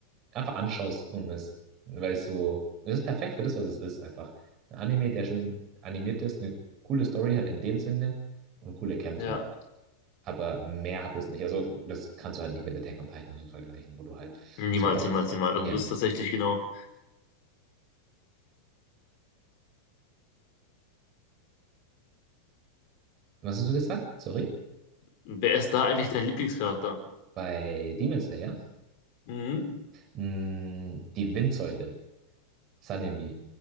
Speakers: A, on the right (about 35°); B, on the left (about 45°).
A: einfach anschaust und es, weil es so, es ist perfekt für das, was es ist, einfach. Ein Anime, der schön animiert ist, eine coole Story halt in dem Sinne und coole Kämpfe.
B: Ja.
A: Aber mehr hat es nicht. Also, das kannst du halt nicht mit Attack on Titan und so vergleichen, wo du halt
B: Niemals,
A: so oft,
B: niemals, niemals.
A: ja.
B: Also das ist tatsächlich genau.
A: Was hast du gesagt? Sorry?
B: Wer ist da eigentlich dein Lieblingscharakter?
A: Bei Demon Slayer?
B: Mhm.
A: Mm, die Windsäule. Sanemi.